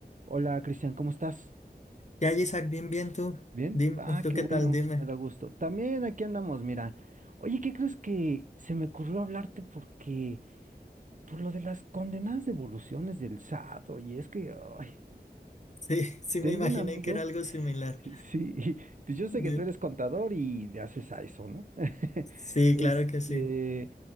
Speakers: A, on the right; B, on the left.
A: Hola Cristian, ¿cómo estás?
B: Ya, Isaac, bien, bien tú.
A: ¿Bien?
B: Dime,
A: Ah,
B: ¿tú
A: qué
B: qué
A: bueno,
B: tal? Dime.
A: me da gusto. También aquí andamos, mira. Oye, ¿qué crees que se me ocurrió hablarte porque por lo de las condenadas devoluciones del SAT? Oye, es que ay,
B: Sí, <laughs> sí
A: tengo
B: me imaginé
A: un amigo,
B: que era algo similar.
A: <laughs> sí, y pues yo sé
B: De-
A: que tú eres contador y le haces a eso, ¿no? <laughs>
B: Sí,
A: Este,
B: claro que sí.